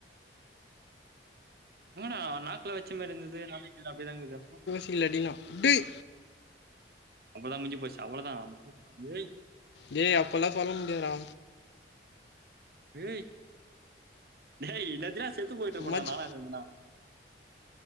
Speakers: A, on the right; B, on the left.
A: ம் எங்கண்ணா நாக்கல வச்சமாரி இருந்தது நாக்குல அப்டிதாங்கது
B: கீழ அடினா டேய்
A: அவ்ள தா முஞ்சி போச்சு அவ்ள தா ஏய்
B: டே அப்பல்ல சொல்ல முடியாது டா
A: ஏய் டே இன்னேத்திலா செத்து பொய்ட்டு இருப்பே
B: மஜ்
A: டா நானா இருந்தனா